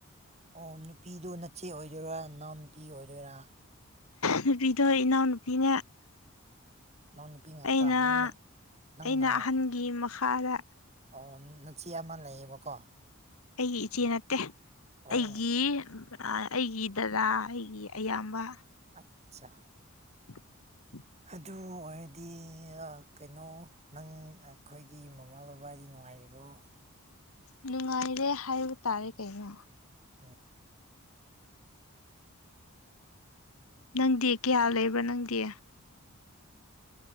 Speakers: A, on the right; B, on the left.
A: ꯑꯣ ꯅꯨꯄꯤꯗꯨꯣ ꯅꯆꯦ ꯑꯣꯏꯗꯣꯏꯔꯥ ꯅꯅꯥꯎ ꯅꯨꯄꯤ ꯑꯣꯏꯗꯣꯏꯔꯥ
B: ꯅꯨꯄꯤꯗꯣ ꯏꯅꯥꯎꯅꯨꯄꯤꯅꯦ
A: ꯅꯅꯥꯎꯅꯨꯄꯤ ꯉꯥꯛꯇ
B: ꯑꯩꯅ
A: ꯅꯪꯅ ꯅꯪꯅ
B: ꯑꯩꯅ ꯑꯍꯟꯒꯤ ꯃꯈꯥꯗ
A: ꯑꯣ ꯅꯆꯦ ꯑꯃ ꯂꯩꯌꯦꯕꯀꯣ
B: ꯑꯩꯒꯤ ꯏꯆꯦ ꯅꯠꯇꯦ
A: ꯑꯣ
B: ꯑꯩꯒꯤ
A: ꯑꯣ
B: ꯑꯩꯒꯤ ꯗꯗꯥ ꯑꯩꯒꯤ ꯑꯌꯥꯝꯕ
A: ꯑꯆꯥ
B: ꯎꯝ <inaudible>
A: ꯑꯗꯨ ꯑꯣꯏꯔꯗꯤ ꯀꯩꯅꯣ ꯅꯪ ꯑꯩꯈꯣꯏꯒꯤ ꯃꯃꯥ ꯕꯕꯥ ꯍꯥꯏꯗꯤ ꯅꯨꯡꯉꯥꯏꯔꯤꯕ꯭ꯔꯣ
B: ꯅꯨꯡꯉꯥꯏꯔꯦ ꯍꯥꯏꯕ ꯇꯥꯔꯦ ꯀꯩꯅꯣ
A: ꯎꯝ
B: ꯅꯪꯗꯤ ꯀꯌꯥ ꯂꯩꯕ꯭ꯔꯥ ꯅꯪꯗꯤ